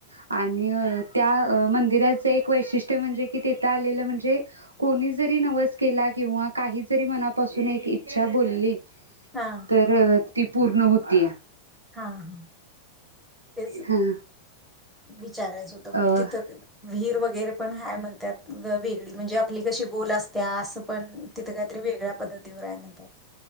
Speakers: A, on the right (about 80°); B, in the centre.
A: <unintelligible> आणि त्या मंदिराचं एक वैशिष्ट्य म्हणजे की तिथं आलेलं म्हणजे कोणी जरी नवस केला, किंवा काही जरी मनापासून एक इच्छा बोलली
B: हा
A: तर ती पूर्ण होतीया.
B: हा हा. तेच
A: हा
B: विचारायचं होतं
A: अ
B: तिथं विहीर वगैरे. वगैरे पण हाय म्हणतात वेगळी म्हणजे आपली कशी बोल असते. त्या असं पण तिथे काहीतरी वेगळ्या पद्धतीवर आहे म्हणतात..